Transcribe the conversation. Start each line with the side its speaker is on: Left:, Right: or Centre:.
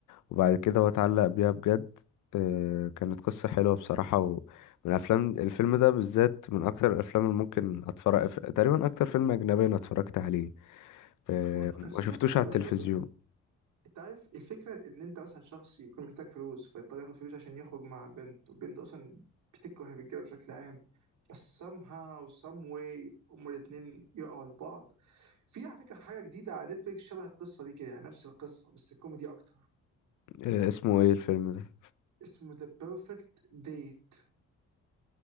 Left: وبعد كده هو اتعلق بيها بجد آه، كانت قصة حلوة بصراحة ومن أفلام الفيلم ده بالذات من أكتر الأفلام اللي ممكن أتفرج تقريبا أكتر فيلم أجنبي أنا اتفرجت عليه آه،
Right: ما- قصته
Left: ما شفتوش
Right: يا اسطى حلوه
Left: على التلفزيون
Right: يعني قصدي انت عارف الفكره ان انت مثلا شخص يكون محتاج فلوس فيضطر ياخد فلوس عشان يخرج مع بنت وبنت اصلا بتكره الرجاله بشكل عام بس somehow some way هما الاثنين يقعوا لبعض في على فكره حاجه جديده على نتفليكس شبه القصه دي كده يعني نفس القصه بس كوميدي اكتر
Left: آه، اسمه إيه الفيلم ده
Right: اسمه ذا بيرفكت ديت